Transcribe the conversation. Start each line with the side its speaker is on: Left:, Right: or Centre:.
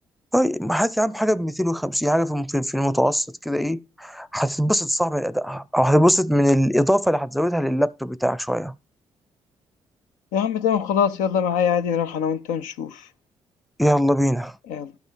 Centre: طيب هات يا عم حاجه ب 250 حاجه في الم- في في المتوسط كده ايه هتتبسط صح من ادائها او هتتبسط من الاضافه اللي هتزودها لللابتوب بتاعك شويه
Left: يا عم تمام خلاص يالّا معايا عادي نروح أنا وأنت ونشوف،
Centre: يلا بينا
Left: يالّا.